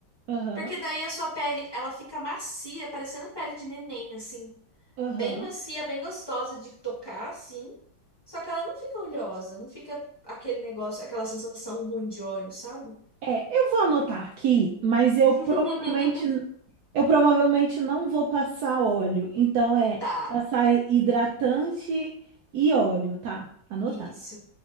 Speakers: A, on the right (about 75°); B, on the left (about 40°).
A: Aham.
B: Porque daí a sua pele, ela fica macia, parecendo pele de neném, assim.
A: Aham.
B: Bem macia, bem gostosa de tocar, assim. Só que ela não fica oleosa, não fica aquele negócio, aquela sensação ruim de óleo, sabe?
A: É, eu vou anotar aqui, mas eu
B: <laughs>
A: provavelmente eu provavelmente não vou passar óleo. Então é
B: Tá,
A: passar hidratante e óleo, tá? Anotado.
B: isso.